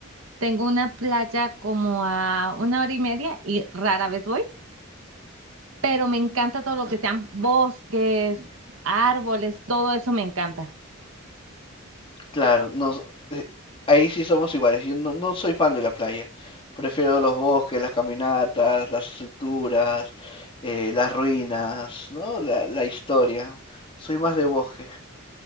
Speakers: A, on the right; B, on the left.
A: Tengo una playa como a una hora y media y rara vez voy, pero me encanta todo lo que sean bosques, árboles, todo eso me encanta.
B: Claro, no eh, ahí sí somos iguales. Yo no, no soy fan de la playa. Prefiero los bosques, las caminatas, las estructuras, eh, las ruinas, ¿no? La, la historia. Soy más de bosque.